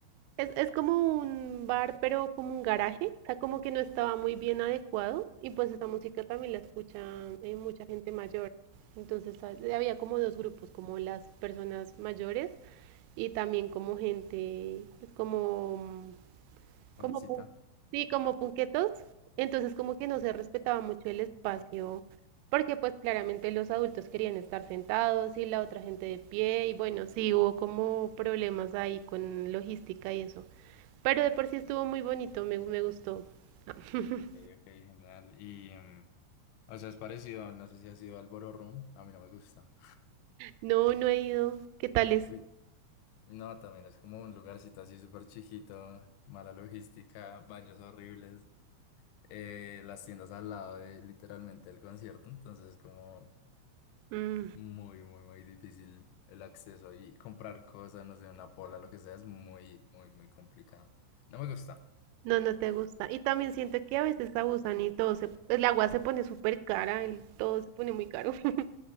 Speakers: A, on the right; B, on the left.
A: Es, es como un bar, pero como un garaje, o sea, como que no estaba muy bien adecuado y pues esa música también la escucha eh, mucha gente mayor. Entonces ah, había como dos grupos, como las personas mayores y también como gente, pues como, como,
B: Jovencita.
A: pun- sí, como punquetos. Entonces como que no se respetaba mucho el espacio, porque pues claramente los adultos querían estar sentados y la otra gente de pie y bueno, sí hubo como problemas ahí con logística y eso. Pero de por sí estuvo muy bonito, me, me gustó. Ah, <laughs>
B: Ok, ok, genial. Y, mm, o sea, es parecido, no sé si ha sido al Ballroom, a mí no me gusta.
A: No, no he ido. ¿Qué tal es?
B: Uy, no, también es como un lugarcito así súper chiquito, mala logística, baños horribles, eh, las tiendas al lado de literalmente el concierto, entonces es como
A: Mm,
B: muy, muy, muy difícil el acceso y comprar cosas, no sé, una pola, lo que sea, es muy, muy, muy complicado. No me gusta.
A: no, no te gusta. Y también siento que a veces abusan y todo se, el agua se pone súper cara, el, todo se pone muy caro. <laughs>